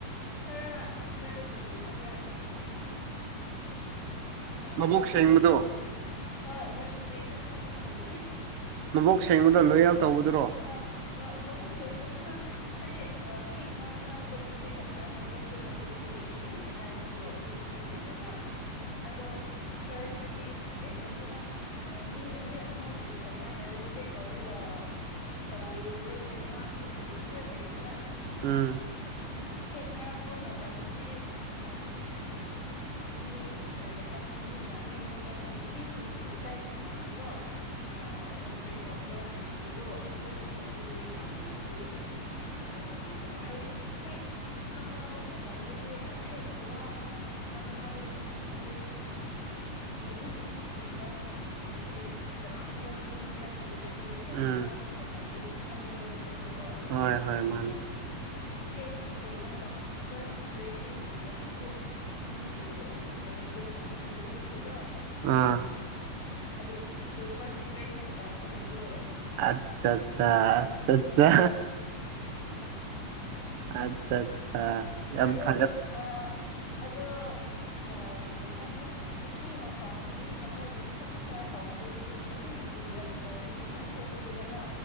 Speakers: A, on the left (about 65°); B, on the right (about 60°).
A: ꯈꯔ ꯈꯔ ꯀꯔꯤ ꯍꯥꯏꯕ꯭ꯔꯥ ꯑ ꯈꯪꯗꯦꯅꯦ
B: ꯃꯕꯣꯛ
A: ꯃꯅꯤꯄꯨꯔꯤꯗꯁꯨ
B: ꯁꯦꯡꯕꯗꯣ
A: ꯍꯣꯏ ꯃꯅꯤꯄꯨꯔꯤꯗ ꯍꯥꯏꯕ ꯍꯩꯇꯦ
B: ꯃꯕꯣꯛ ꯁꯦꯡꯕꯗ ꯂꯣꯌꯦꯜ ꯇꯧꯒꯗꯨꯔꯣ
A: ꯍꯣꯏ ꯃꯕꯨꯛ ꯁꯦꯡꯕꯗꯨ ꯍꯥꯝꯅꯦ ꯍꯥꯏꯗꯤ ꯍꯦꯛ ꯉꯥꯡꯅꯕꯗꯨꯗꯤ ꯀꯃꯥꯏꯅ ꯃꯤꯁꯦ ꯃꯕꯨꯛ ꯁꯦꯡꯉꯦ ꯁꯦꯡꯗꯦ ꯍꯥꯏꯕꯗꯣ ꯑꯩꯈꯣꯏ ꯈꯪꯗꯦꯗꯅ ꯑꯗꯣ ꯐꯥꯔꯁꯇꯗꯤ ꯀꯩ ꯍꯥꯏꯁꯤꯔꯥ ꯑꯥ ꯃꯤ ꯃꯤ ꯑꯃꯕꯨ ꯀꯃꯥꯏꯅ ꯔꯦꯁꯄꯦꯛ ꯇꯧꯔꯒ ꯇꯧꯔꯒ ꯉꯥꯡꯕ ꯍꯩꯕ ꯈꯔ ꯂꯩꯗꯅ
B: ꯎꯝ
A: ꯍꯦꯛ ꯉꯥꯡꯕ ꯃꯇꯝꯗꯗꯤ ꯑ ꯃꯤꯕꯨ ꯀꯔꯤ ꯍꯥꯏꯁꯤ ꯃꯤꯅ ꯃꯤ ꯑꯃꯕꯨ ꯅꯨꯄꯤꯁꯤꯡꯕꯨ ꯏꯀꯥꯏ ꯈꯨꯝꯅꯕ ꯀꯣ ꯑꯥ ꯔꯦꯁꯄꯦꯛ ꯇꯧꯕ ꯍꯩꯕꯗꯣ ꯑꯗꯨꯒꯨꯝꯕꯗꯨꯗꯤ ꯌꯥꯝꯅꯁꯨ ꯗꯔꯀꯥꯔ ꯑꯣꯏꯌꯦꯗꯅ ꯍꯥꯏꯗꯤ ꯍꯦꯛ ꯈꯪꯅꯕ ꯃꯇꯝꯗꯨꯗꯤ ꯍꯦꯛ ꯋꯥ ꯉꯥꯡꯅꯕ ꯃꯇꯝꯗꯗꯤ ꯎꯝ ꯃꯕꯨꯛꯅꯤꯡ ꯁꯦꯡꯕ ꯁꯦꯡꯗꯕꯗꯨꯗꯤ ꯀꯅꯥꯝꯇ ꯈꯪꯕ ꯅꯠꯇꯦꯗꯅ ꯀꯨꯏꯅ ꯂꯣꯏꯅꯕ
B: ꯎꯝ
A: ꯃꯇꯝꯗꯒꯤ ꯈꯪꯕꯅꯤꯗꯅꯀꯣ
B: ꯍꯣꯏ ꯍꯣꯏ
A: ꯑꯗꯣ
B: ꯃꯥꯅꯤ
A: ꯍꯦꯛ ꯀꯩꯅꯣ ꯐꯥꯔꯁ ꯏꯝꯄ꯭ꯔꯦꯁꯟꯒꯨꯝꯕꯁꯤꯁꯨ ꯅꯨꯄꯤꯕꯨ ꯔꯦꯁꯄꯦꯛ ꯇꯧꯕ ꯍꯩꯕꯒꯨꯝꯕꯗꯣ
B: ꯑꯥ
A: ꯑꯗꯨ ꯃꯥꯁꯨ ꯐꯥꯔꯁ ꯏꯝꯄ꯭ꯔꯦꯁꯟ ꯇꯧꯕ ꯍꯩꯌꯣ
B: ꯑꯠꯆꯥ ꯆꯥ ꯆꯠꯆꯥ ꯑꯠꯆꯠ ꯑꯥ ꯌꯥꯝ
A: ꯑꯗꯣ
B: ꯐꯒꯠ
A: ꯑꯥ ꯑꯗꯣ ꯑꯥ ꯀꯩ ꯍꯥꯏꯁꯦ ꯅꯨꯄꯤꯅ ꯄꯥꯝꯕꯤꯅꯕꯒꯤ ꯈꯛꯇꯥ ꯇꯧꯕꯗꯨꯗꯤ ꯑꯗꯨꯝ ꯀꯨꯏꯔꯛꯈ꯭ꯔꯥꯗꯤ ꯈꯪꯗꯣꯛ ꯑꯦꯗꯅ